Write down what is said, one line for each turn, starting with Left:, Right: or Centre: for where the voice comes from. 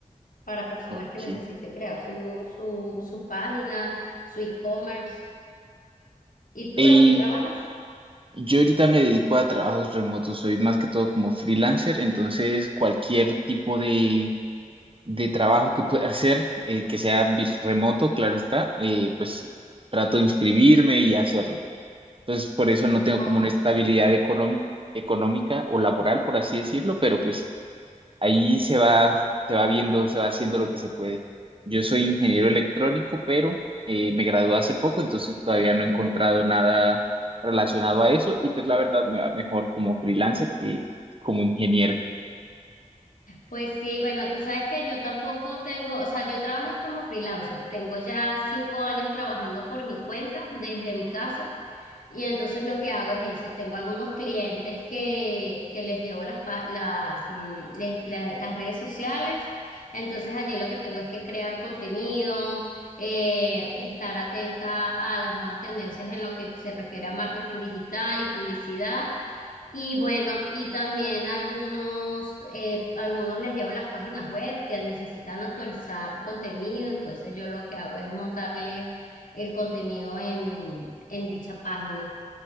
Left: para personas
Right: Ok.
Left: que necesiten crear su, su, su página, su e-commerce. ¿Y tú
Right: Y
Left: en qué trabajas?
Right: yo ahorita me dedico a trabajos remotos, soy más que todo como freelancer, entonces cualquier tipo de, de trabajo que pueda hacer, eh, que sea vis- remoto, claro está, eh, pues trato de inscribirme y hacerlo. Entonces, por eso no tengo
Left: Ok.
Right: como una estabilidad económica, económica o laboral, por así decirlo, pero pues ahí se va, se va viendo, se va haciendo lo que se puede. Yo soy ingeniero electrónico, pero eh, me gradué hace poco, entonces todavía no he encontrado nada relacionado a eso y pues la verdad me va mejor como freelancer que como ingeniero.
Left: Pues sí, bueno, tú sabes que yo tampoco tengo, o sea, yo trabajo es como freelancer, tengo ya cinco años trabajando por mi cuenta desde mi casa y entonces lo que hago es eso, tengo algunos clientes que, que les llevo las, pa- las, mm, le- la- las redes sociales, entonces allí lo que tengo es que crear contenido, eh, estar atenta a las nuevas tendencias en lo que se refiere a marketing digital y publicidad. Y bueno, y también algunos, eh, algunos les llevo las páginas web que necesitan actualizar contenido, entonces yo lo que hago es montarle el contenido en, en dicha página.